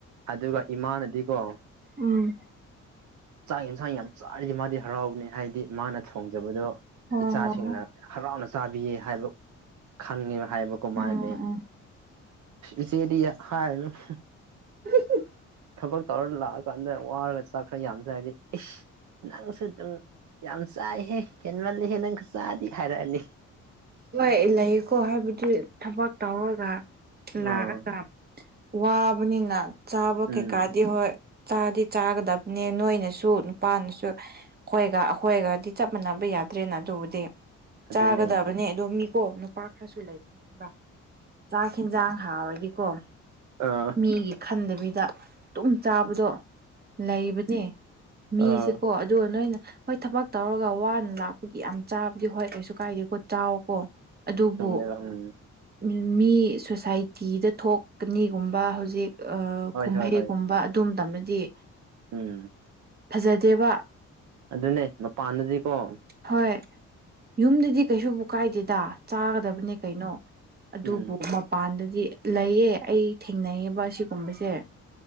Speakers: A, on the right; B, on the right.
A: ꯑꯗꯨꯒ ꯏꯃꯥꯅꯗꯤꯀꯣ_ _
B: ꯎꯝ
A: ꯆꯥꯛ ꯌꯦꯟꯁꯥꯡ ꯌꯥꯝ ꯆꯥꯔꯤꯗꯤ ꯃꯥꯗꯤ ꯍꯔꯥꯎꯕꯅꯦ ꯍꯥꯏꯗꯤ ꯃꯥꯅ ꯊꯣꯡꯖꯕꯗꯣ_ _
B: ꯍꯣꯏ
A: ꯏꯆꯥꯁꯤꯡꯅ
B: ꯍꯣꯏ ꯍꯣꯏ
A: ꯍꯔꯥꯎꯅ ꯆꯥꯕꯤꯌꯦ ꯍꯥꯏꯕ ꯈꯪꯉꯦꯕ꯫ ꯍꯥꯏꯕ ꯀꯣ
B: ꯎꯝ
A: ꯃꯥꯟꯅꯗꯤ
B: ꯎꯝ
A: ꯏꯆꯦꯗꯤ ꯍꯥꯏꯔꯅꯨ_ _
B: <unintelligible>
A: ꯊꯕꯛ ꯇꯧꯔ ꯂꯥꯛꯑꯀꯥꯟꯗ ꯋꯥꯔꯒ ꯆꯥꯛ ꯈꯔ ꯌꯥꯝ ꯆꯥꯔꯗꯤ ꯏꯁ __ ꯅꯪꯁꯨ ꯑꯗꯨꯝ ꯌꯥꯝ ꯆꯥꯏꯍꯦ ꯍꯦꯟꯃꯜꯂꯤꯍꯦ ꯅꯪꯁꯨ ꯆꯥꯗꯤ ꯍꯥꯏꯔꯛꯑꯅꯤ꯫
B: ꯍꯣꯏ ꯂꯩꯌꯦꯀꯣ ꯍꯥꯏꯕꯗꯤ ꯊꯕꯛ ꯇꯧꯔꯒ꯫ ꯂꯥꯛꯑꯒ
A: ꯑꯥ
B: ꯋꯥꯕꯅꯤꯅ ꯆꯥꯕ ꯀꯩꯀꯥꯗꯤ
A: ꯎꯝ
B: ꯍꯣꯏ_ _ ꯆꯥꯗꯤ ꯆꯥꯒꯗꯕꯅꯦ ꯅꯣꯏꯅꯁꯨ ꯅꯨꯄꯥꯅꯁꯨ꯫ ꯈꯣꯏꯒ ꯑꯈꯣꯏꯒꯗꯤ ꯆꯞ ꯃꯥꯟꯅꯕ ꯌꯥꯗ꯭ꯔꯦꯅ ꯑꯗꯨꯕꯨꯗꯤ꯫ ꯆꯥꯒꯗꯕꯅꯦ
A: ꯑꯗꯨꯅꯦ
B: ꯑꯗꯣ ꯃꯤꯀꯣ ꯅꯨꯄꯥ ꯈꯔꯁꯨ ꯂꯩꯕꯅꯦꯕ __ ꯆꯥꯛ ꯌꯦꯟꯖꯥꯡ ꯍꯥꯎꯔꯗꯤꯀꯣ_ _
A: ꯑ_ _
B: ꯃꯤꯒꯤ ꯈꯟꯗꯕꯤꯗ ꯃꯤ_ _ ꯗꯨꯨꯝ ꯆꯥꯕꯗꯣ ꯂꯩꯕꯅꯦ ꯃꯤꯁꯦꯀꯣ
A: ꯑꯥ
B: ꯑꯗꯣ ꯅꯣꯏꯅ_ _ ꯍꯣꯏ ꯊꯕꯛ ꯇꯧꯔꯒ ꯋꯥꯅ ꯂꯥꯛꯄꯒꯤ ꯌꯥꯝ ꯆꯥꯕꯗꯤ ꯍꯣꯏ ꯀ꯭ꯕꯤꯁꯨ ꯀꯥꯏꯗꯦꯀꯣ ꯆꯥꯑꯣꯀꯣ꯫ ꯑꯗꯨꯕꯨ
A: ꯆꯨꯝꯃꯦꯕ ꯎꯝ
B: ꯝꯟ ꯃꯤ ꯁꯣꯁꯥꯏꯇꯤꯗ ꯊꯣꯛꯀꯅꯤꯒꯨꯝꯕ ꯍꯧꯖꯤꯛ_ _ ꯑ
A: ꯍꯣꯏ
B: ꯀꯨꯝꯍꯩꯒꯨꯝꯕ
A: ꯍꯣꯏ
B: ꯑꯗꯨꯝ ꯇꯝꯗꯗꯤ_ _
A: ꯎꯝ_ _
B: ꯐꯖꯗꯦꯕ꯫
A: ꯑꯗꯨꯅꯦ ꯃꯄꯥꯟꯗꯗꯤꯀꯣ_ _
B: ꯍꯣꯏ ꯌꯨꯝꯗꯨꯗꯤ ꯀꯩꯁꯨꯕꯨ ꯀꯥꯏꯗꯦꯗ ꯆꯥꯒꯗꯕ_ _ ꯑꯗꯨꯅꯤ ꯀꯩꯅꯣ ꯑꯗꯨꯕꯨ
A: ꯎꯝ
B: <unintelligible> ꯄꯥꯟꯗꯗꯤ ꯂꯩꯌꯦ ꯑꯩ ꯊꯦꯡꯅꯩꯌꯦꯕ ꯑꯁꯤꯒꯨꯝꯕꯁꯦ꯫